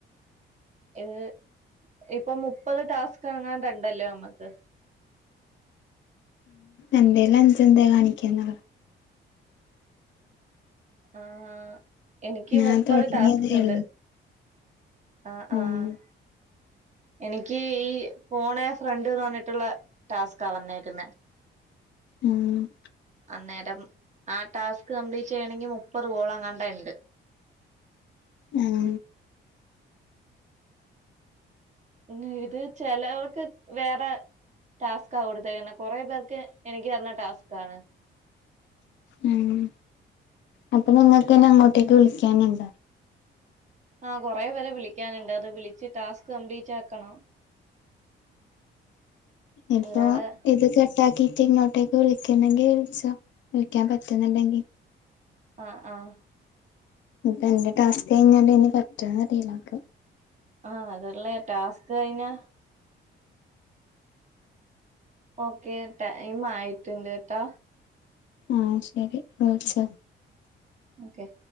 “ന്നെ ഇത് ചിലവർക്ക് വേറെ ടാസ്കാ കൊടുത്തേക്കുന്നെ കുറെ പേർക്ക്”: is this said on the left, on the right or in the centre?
Right